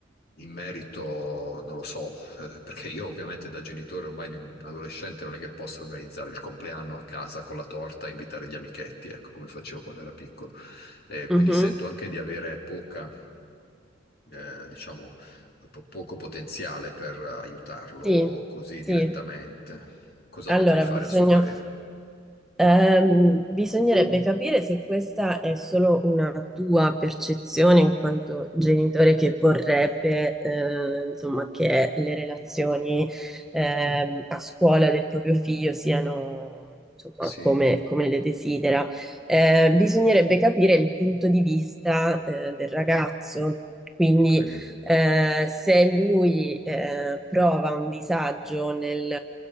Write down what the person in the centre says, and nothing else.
mhm.
Sì,
sì.
Allora,
bisogna,
ehm, bisognerebbe capire se questa è solo una tua percezione in quanto genitore che vorrebbe, eh, insomma, che le relazioni, ehm, a scuola del proprio figlio siano, insomma,
come, come le desidera. Eh, bisognerebbe capire il punto di vista, eh, del ragazzo. Quindi
eh, se lui eh, prova un disagio nel,